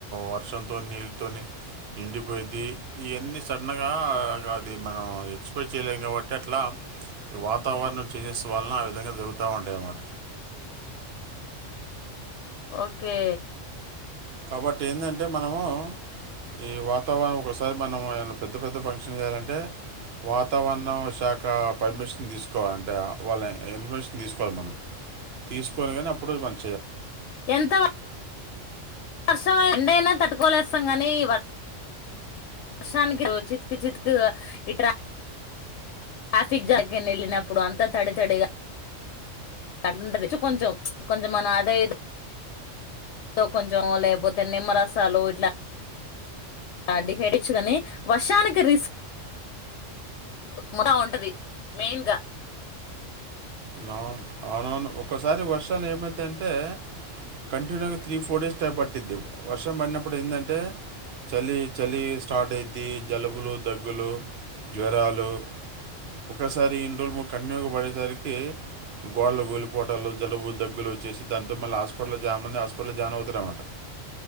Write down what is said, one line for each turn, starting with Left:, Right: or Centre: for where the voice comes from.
Right: వర్షం నీళ్ళతో నిండిపోయిది ఇవన్నీ సడన్గా అది మనం ఎక్స్పెక్ట్ చేయలేము కాబట్టి అట్లా వాతావరణం చేంజె వలన ఆ విధంగా జరుగుతూ ఉంటాయి అన్నమాట
Left: ఓకే
Right: కాబట్టి ఏంటంటే మనము ఈ వాతావరణం ఒకసారి మనం ఆయన పెద్ద పెద్ద ఫంక్షన్ చేయాలంటే వాతావరణ శాఖ ఆ పర్మిషన్ తీసుకోవాలంటే వాళ్ళ ఇన్ ఇన్ఫర్మేషన్ తీసుకోవాల మనం తీసుకొని గానీ అప్పుడు మన్
Left: ఎంత వ వర్షం ఎండైనా తట్టుకోనేస్తం కానీ వర్ వర్షానికి చితికి చితికి ఇ ట్రా ట్రాఫిక్ జామ్ ఎక్కడికైనా ఎళ్ళినప్పుడు అంతా తడి తడిగా అట్లుంటది కొంచెం కొంచెం మనం అదే ఇది ఏమో కొంచెం లేకపోతే నిమ్మరసాలు ఇట్లా <unintelligible> వర్షానికి రిస్క్ మొత్తం ఉంటది మెయిన్గా
Right: అవును అవునవును ఒక్కోసారి వర్షాలు ఏమయి తాయంటే కంటిన్యూగా త్రీ ఫోర్ డేస్ టైం పట్టిద్ది వర్షం పడినప్పుడు ఏందంటే చలి చలి స్టార్ట్ అయిది జలబులు దగ్గులు జ్వరాలు ఒకసారి ఇం రోజు ము కన్నూక పడేసరికి గోళ్ళ కూలిపో ఓటాల్లో జలుబు దగ్గు గా వచ్చేసి దాంటే మళ్ళీ హాస్పిటల్లో జామ ఉంది హాస్పిటల్లో జాన్ అవుతారన్నమాట